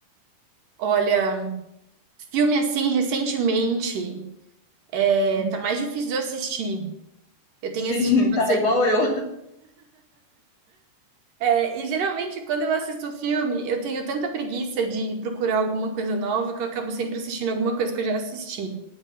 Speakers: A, on the right; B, on the left.
A: Olha, filme assim, recentemente, é,
B: Hum.
A: tá mais difícil de eu assistir. Eu
B: Sim,
A: tenho assistido bastante.
B: <laughs> tá igual eu.
A: É, e geralmente, quando eu assisto filme, eu tenho tanta preguiça de procurar alguma coisa nova que eu acabo sempre assistindo alguma coisa que eu já assisti.